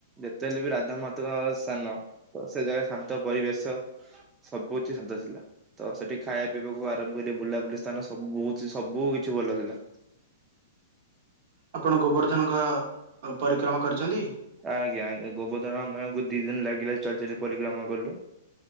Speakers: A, on the right; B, on the right.
A: ଯେତେହେଲେ ବି ରାଧା ମାତସ୍ଥାନ ତ ସେ ଜାଗାରେ ଶାନ୍ତ ପରିବେଶ। ସବୁକିଛି ଶାନ୍ତ ଥିଲା। ତ ସେଠି ଖାଇବା ପିଇବାକୁ ଆରାମ କରି ବୁଲାବୁଲି ସ୍ଥାନ ସବୁ ବହୁତ ସବୁ କିଛି ଭଲ ଥିଲା। <inaudible>
B: ଆପଣ ଗୋବର୍ଦ୍ଧନଙ୍କ ପରିକ୍ରମା କରିଛନ୍ତି?
A: ଆଜ୍ଞା ଆଜ୍ଞା ଗୋବଧନ ଆମକୁ ଦି ଦିନ ଲାଗିଲା ଚଲି ଚାଲି ପରିକ୍ରମା କଲୁ।